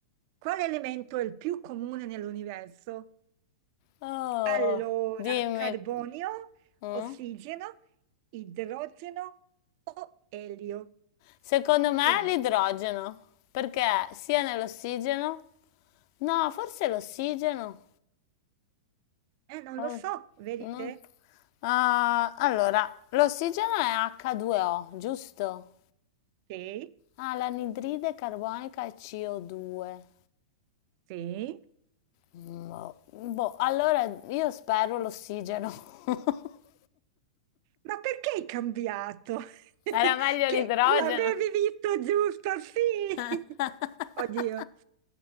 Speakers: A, on the right; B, on the left.
A: quale elemento è il più comune nell'universo?
B: Oh,
A: Allora,
B: dimmi.
A: carbonio,
B: Mm?
A: ossigeno, idrogeno o elio.
B: Secondo me
A: Quindi,
B: l'idrogeno, perché sia nell'ossigeno. No, forse l'ossigeno.
A: eh, non
B: Oh,
A: lo so, vedete?
B: no. Ah, allora, l'ossigeno è H2O, giusto?
A: Sì,
B: Ah, l'anidride carbonica è CO2.
A: sì.
B: Mm, Boh, boh, allora io spero l'ossigeno. <laughs>
A: Ma perché hai cambiato? <laughs>
B: Era meglio
A: Che
B: l'idrogeno.
A: l'avevi visto giusto, sì.
B: <laughs>
A: <laughs> Oddio.